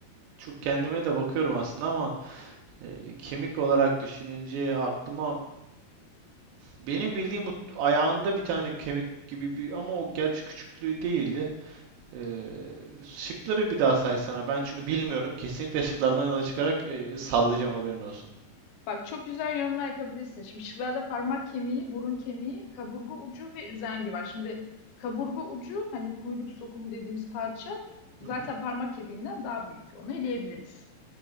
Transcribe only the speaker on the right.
çok kendime de bakıyorum aslında ama E, kemik olarak düşününce aklıma benim bildiğim bu ayağında bir tane kemik gibi bir ama o gerçi küçüklüğü değildi. E, şıkları bir daha saysana. Ben çünkü bilmiyorum. Kesinlikle şıklardan yola çıkarak e, sallayacağım haberin olsun.
Hı hı.